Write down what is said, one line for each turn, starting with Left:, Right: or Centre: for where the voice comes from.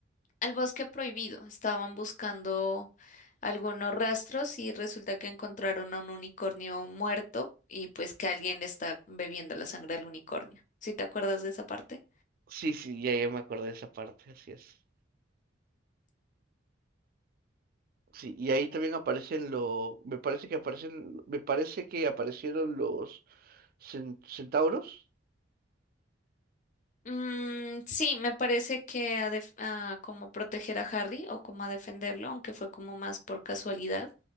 Left: al bosque prohibido. Estaban buscando algunos rastros y resulta que encontraron a un unicornio muerto y pues que alguien le está bebiendo la sangre al unicornio. ¿Sí te acuerdas de esa parte?
Right: Sí, sí, ya, ya me acordé de esa parte, así es. Sí, y ahí también aparecen los, me parece que aparecen, me parece que aparecieron los cen- centauros.
Left: Mm, sí, me parece que a def- a como proteger a Harry o como a defenderlo, aunque fue como más por casualidad,